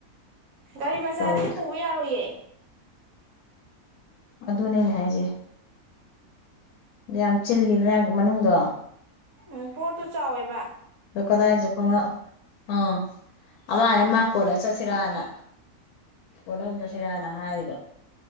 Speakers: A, on the right; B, on the left.
A: ꯒꯥꯔꯤ ꯃꯆꯥꯗꯤ
B: ꯇꯧꯔꯤꯗꯣ
A: ꯄꯨꯕ ꯌꯥꯔꯣꯏꯌꯦ
B: ꯑꯗꯨꯅꯦ ꯑꯩꯟ ꯍꯥꯏꯁꯦ ꯌꯥꯝ ꯆꯤꯜꯂꯤꯗꯅ ꯃꯅꯨꯡꯗꯣ
A: ꯎꯝ ꯄꯣꯠꯇ ꯆꯥꯎꯋꯦꯕ
B: ꯀꯗꯥꯏꯗ ꯈꯅ ꯑꯥ ꯑꯃ ꯑꯃ ꯀꯣꯜꯂ ꯆꯠꯁꯤꯔꯅ ꯀꯣꯜꯂ ꯆꯠꯁꯤꯔꯅ ꯍꯥꯏꯔꯤꯕ